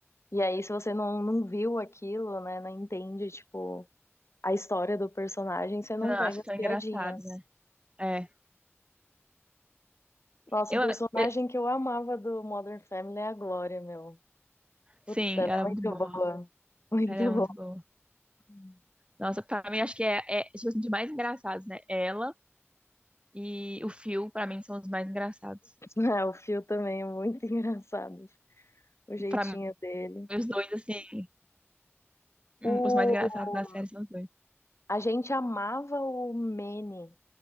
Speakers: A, on the left; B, on the right.
A: E aí, se você não, não viu aquilo, né, não entende, tipo, a história do personagem, você não
B: Tu não
A: pega
B: acha
A: as
B: tão
A: piadinhas.
B: engraçado, né? É.
A: Nossa,
B: Eu,
A: um personagem
B: eu-
A: que eu amava do Modern Family é a Glória, meu. Puta,
B: sim,
A: ela
B: ela
A: é
B: é muito
A: muito
B: boa.
A: boa. Muito
B: Ela é muito
A: boa.
B: boa.
A: <laughs>
B: Nossa, pra mim acho que é, é tipo assim, de mais engraçados, né? Ela e o Phil, pra mim, são os mais engraçados.
A: Ah, o Phil também é muito <laughs> engraçado, o jeitinho
B: Pra mim,
A: dele.
B: os dois, assim,
A: O...
B: hum, os mais engraçados da série são os dois.
A: A gente amava o Manny